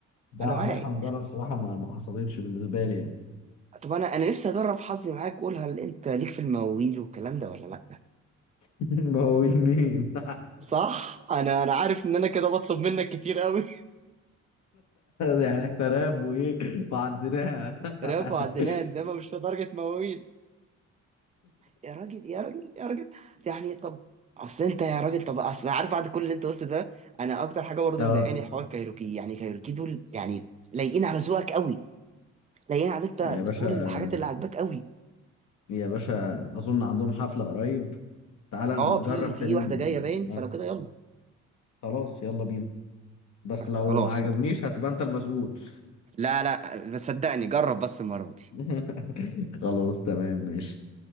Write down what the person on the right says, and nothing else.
انا
معاك
طب انا انا نفسي اجرب حظي معاك قول هل انت ليك في المواويل والكلام ده ولا لا
صح انا انا عارف ان انا كده بطلب منك كتير قوي
رافع
وعدنان انما مش لدرجه مواويل يا راجل يا راجل يا راجل يعني طب اصل انت يا راجل طب اصل أنا عارف بعد كل اللي انت قلته ده انا اكتر حاجه برضه
مضايقاني حوار كايروكي يعني كايروكي دول يعني لايقين على ذوقك قوي لايقين على انت
بتقول
الحاجات اللي عاجباك قوي
اه
في في
واحده
جايه باين فلو
كده يلا
خلاص
لا لا بس صدقني جرب بس المره دي